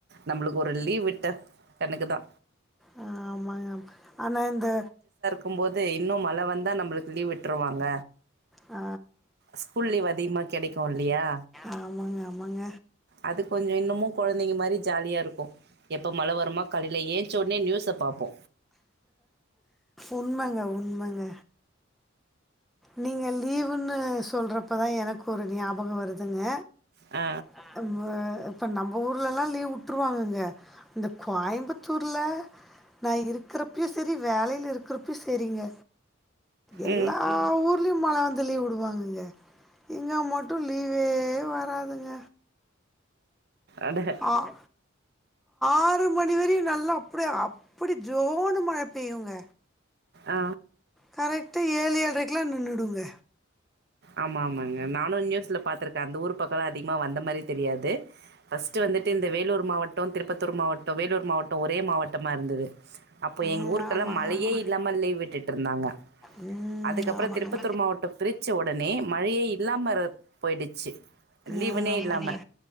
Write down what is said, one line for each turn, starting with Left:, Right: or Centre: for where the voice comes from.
Right: நம்பளுக்கு ஒரு லீவ் விட்டா எனக்குதா
Centre: ஆ ஆமாங்க ஆனா இந்த
Right: கும்போது இன்னு மழ வந்தா நம்ளுக்கு லீவ் விட்ருவாங்க
Centre: ஆ
Right: ஸ்கூல் லீவ் அதிகமா கெடைக்கு இல்லியா
Centre: ஆமாங்க ஆமாங்க
Right: அது கொஞ்சொ இன்னமு கொழந்தைங்க மாரி ஜாலியா இருக்கு எப்போ மழ வருமா காலைல ஏன்ச ஒடனே நியூஸ்ச பாப்போ
Centre: உண்மங்க உண்மங்க நீங்க லீவுன்னு சொல்றப்பதா எனக்கு ஒரு ஞாபக வருதுங்க
Right: ஆ
Centre: ஆ இப்ப நம்ப ஊர்லலா லீவ் உட்ருவாங்கங்க இந்த கோயம்புத்தூர்ல நா இருக்கிறப்பயு சரி வேலைல இருக்கிறப் ப்யு செரிங்க எல்லா
Right: ம்
Centre: ஊர்லயு மழ வந்து லீவ் விடுவாங்கங்க இங்க மட்டு லீவே வராதுங்க
Right: அண்டப்பா
Centre: அ ஆறு மணி வரையு நல்லா அப்டியே அப்டி ஜோனு மழை பெய்யுங்க
Right: ஆ
Centre: கரெக்டா ஏழு ஏழ்ரைக்லா நின்னுடுங்க
Right: ஆமா ஆமாங்க நானு நியூஸ்ல பாத்துருக் அந்த ஊர் பக்கொல அதிகமா வந்த மாரி தெரியாது ஃபஸ்ட் வந்துட்டு இந்த வேலூர் மாவட் டொ திருப்பத்தூர் மாவட்டொ வேலூர் மாவட்டொ ஒரே மாவட்டமா இருந்தது அப்போ
Centre: ம்
Right: எங்க ஊருக்கெல்லா
Centre: ஆமா
Right: மழையே
Centre: ஆமா
Right: இல்லாம லீவ் விட் விட்டுட்ருந்தாங்க
Centre: ம்
Right: அதுக்கப்றொ
Centre: ஆமாங்க
Right: திருப்பத்தூர் மாவட்டொ பிரிச்ச ஒடனே மழையே இல்லாம ர போயிடுச்சு லீவுனே
Centre: ஆ ஆமாங்க
Right: இல்லாம